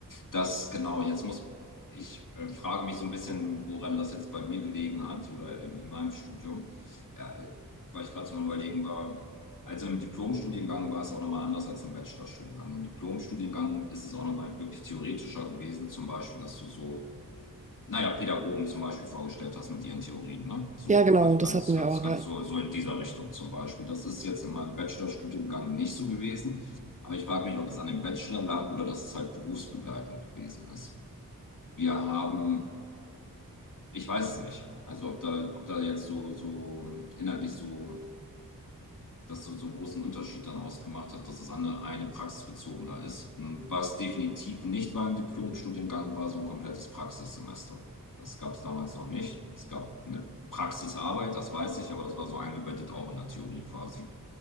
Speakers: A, on the left (about 60°); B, on the right (about 20°).
A: das genau. Jetzt muss ich äh, frage mich so ein bisschen, woran das jetzt bei mir gelegen hat oder in, in meinem Studium, ja, weil ich gerade so am überlegen war. Also im Diplomstudiengang war es auch nochmal anders als im Bachelorstudiengang. Im Diplomstudiengang ist es auch nochmal wirklich theoretischer gewesen, zum Beispiel, dass du so naja, Pädagogen zum Beispiel vorgestellt hast mit ihren Theorien, ne? So,
B: Ja, genau,
A: also
B: das
A: ganz,
B: hatten wir
A: ganz,
B: auch,
A: ganz
B: ja.
A: so, so in dieser Richtung zum Beispiel. Das ist jetzt in meinem Bachelorstudiengang nicht so gewesen, aber ich frage mich, ob es an dem Bachelor lag oder dass es halt berufsbegleitend gewesen ist. Wir haben, ich weiß es nicht, also ob da, ob da jetzt so, so inhaltlich so das so, so einen großen Unterschied dann ausgemacht hat, dass das eine, eine praxisbezogener ist. Hm, Was definitiv nicht beim Diplomstudiengang war, so ein komplettes Praxissemester. Das gab es damals noch nicht. Es gab eine Praxisarbeit, das weiß ich, aber das war so eingebettet auch in der Theorie quasi.